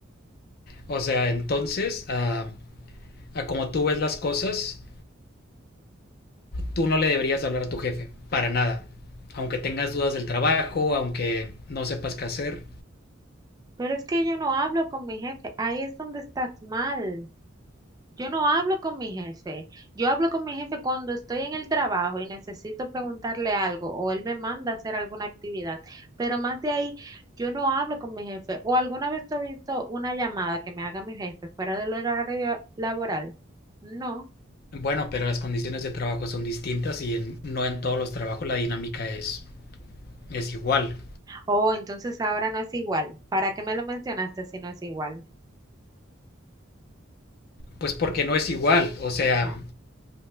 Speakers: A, on the left; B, on the right.
A: O sea, entonces, a, a como tú ves las cosas, tú no le deberías hablar a tu jefe, para nada. Aunque tengas dudas del trabajo, aunque no sepas qué hacer.
B: Pero es que yo no hablo con mi jefe, ahí es donde estás mal. Yo no hablo con mi jefe. Yo hablo con mi jefe cuando estoy en el trabajo y necesito preguntarle algo o él me manda a hacer alguna actividad. Pero más de ahí, yo no hablo con mi jefe. ¿O alguna vez te he visto una llamada que me haga mi jefe fuera del horario laboral? No.
A: Bueno, pero las condiciones de trabajo son distintas y en- no en todos los trabajos la dinámica es, es igual.
B: Oh, entonces ahora no es igual. ¿Para qué me lo mencionaste si no es igual?
A: Pues porque no es igual. O sea,
B: No.